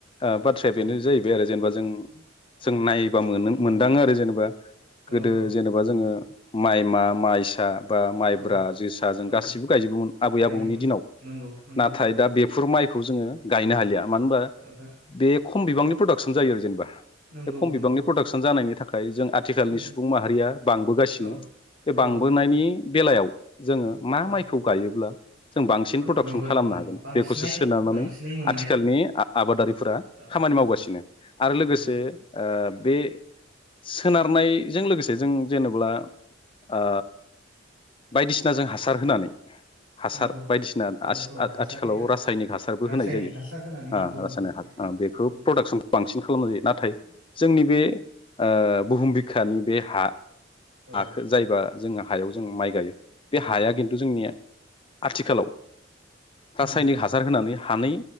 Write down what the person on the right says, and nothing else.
औ
औ
औ
औ
औ
औ
गायोमोन
नंगौ नंगौ
नंगौ
ओहो
नंगौ
नंगौ
उम
औ
औ
औ
औ
औ
नंगौ
नंगौ नंगौ
बांसिनहाय
बांसिनै मोननाय
औ
औ
नंगौ
नंगौ
औ
औ
हासार
होयो आथिखाल
रासायनिक
हासार होनानै
नंगौ नंगौ
बाहायो
औ
औ
उम